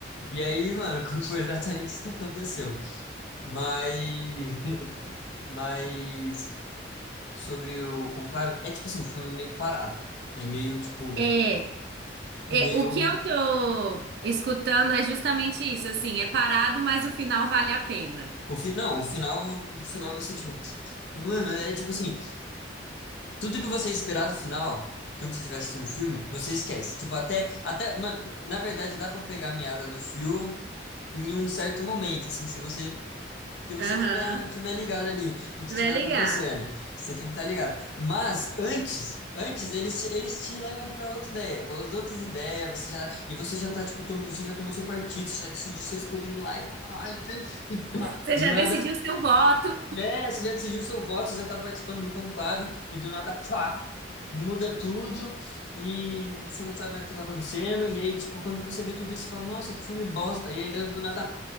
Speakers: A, on the left; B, on the right.
A: E aí, mano, <laughs> foi exatamente isso que aconteceu. Mas, <laughs> mas sobre o conclave, é tipo assim, o filme é meio parado. É meio, tipo,
B: É,
A: meio.
B: é, o que eu tô escutando é justamente isso, assim, é parado, mas o final vale a pena.
A: O fi, não, o final, o final você, tipo, mano, é tipo assim, Tudo que você esperar do final, que quando você estiver assistindo o filme, você esquece. Tipo, até, até, mano, na verdade, dá pra pegar a meada do filme em um certo momento, assim, se você se você
B: Aham,
A: tiver, tiver ligado ali no que estiver
B: vai ligado.
A: acontecendo, você tem que estar ligado. Mas antes, antes eles te, eles te levam para outra ideia, para as outras ideias, você já e você já tá tipo, tom- você já tomou seu partido, você já decidiu seu escolhido lá e pá, pá, pá, e pá,
B: Você
A: do
B: já
A: nada
B: decidiu seu voto
A: é, você já decidiu seu voto, você já está participando do conclave e do nada, pá, muda tudo e você não sabe mais o que está acontecendo. E aí, tipo, quando você vê tudo isso, você fala, nossa, que filme bosta. E aí, do do nada,